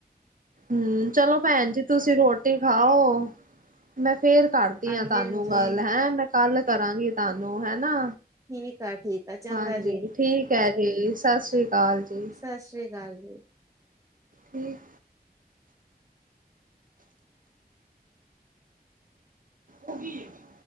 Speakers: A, on the right (about 55°); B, on the right (about 20°).
A: ਹੂ, ਚਲੋ ਭੈਣ ਜੀ ਤੁਸੀਂ ਰੋਟੀ ਖਾਓ। ਮੈਂ ਫੇਰ ਕਰਦੀ
B: ਹਾਂਜੀ
A: ਕਲ
B: ਹਾਂਜੀ
A: ਨੂੰ ਗੱਲ ਹੈਂ ਮੈਂ ਕੱਲ ਕਰਾਂਗੀ ਤੁਹਾਨੂੰ ਹੈਨਾ।
B: ਠੀਕ ਆ, ਠੀਕ ਆ। ਚੰਗਾ
A: ਹਾਂਜੀ,
B: ਜੀ।
A: ਠੀਕ ਹੈ ਜੀ ਸਤਿ ਸ਼੍ਰੀ ਅਕਾਲ ਜੀ।
B: ਸਤਿ ਸ਼੍ਰੀ ਅਕਾਲ ਜੀ।
A: ਠੀਕ। ਉਹ ਕੀ ਹੈਗੀ।